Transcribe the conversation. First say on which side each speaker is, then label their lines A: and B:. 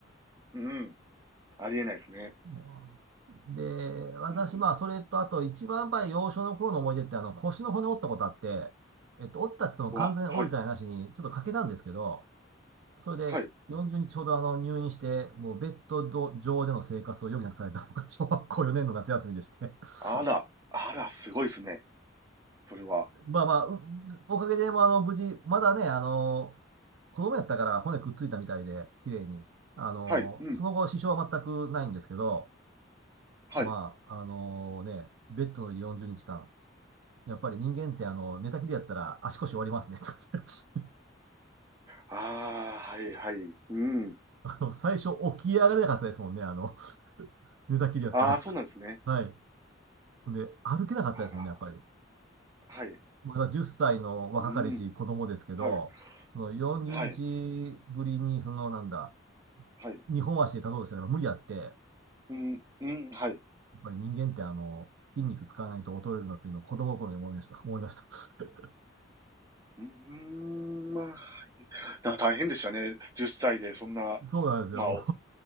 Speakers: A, on the right; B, on the right.
A: うん。ありえないですね。
B: うんで、私、
A: うん。
B: まあ、それと、あと、一番やっぱり幼少の頃の思い出って、あの、腰の骨折ったことあって、えっと、折ったっつっても完全に折れたりなしに、
A: うわ、はい。
B: ちょっと欠けたんですけど、それで40日ほどあの入院して、
A: はい。
B: もうベッド上での生活を余儀なくされたのが小学校4年の夏休みでして <laughs>
A: あら。あら、すごいですね。それは。
B: まあまあ、うおかげで、まあ、あの、無事、まだね、あの、子供やったから骨くっついたみたいで、綺麗に。あの、
A: はい。うん。
B: その後、支障は全くないんですけど、
A: はい。
B: まあ、あのね、ベッドの上で40日間。やっぱり人間って、あの、寝たきりやったら足腰終わりますね。<laughs>
A: ああ、はいはい。うん。
B: あの、最初起き上がれなかったですもんね、あの、<laughs> 寝たきりやったら。
A: ああ、そうなんですね。
B: はい。で、歩けなかったですもんね、
A: あら。
B: やっぱり。
A: はい。
B: まだ10歳の若かりし子供ですけど、
A: うん。はい。
B: その40日ぶりに、
A: はい。
B: そのなんだ、
A: はい。
B: 日本足で立とうとしたら無理やって、や
A: うん、うん、はい。
B: っぱり人間ってあの、筋肉使わないと衰えるなっていうのを子供心に思いました。思いました。<laughs>
A: うーん、まあ。だから大変でしたね。10歳で、そんな、
B: そうなんですよ。
A: まあ、お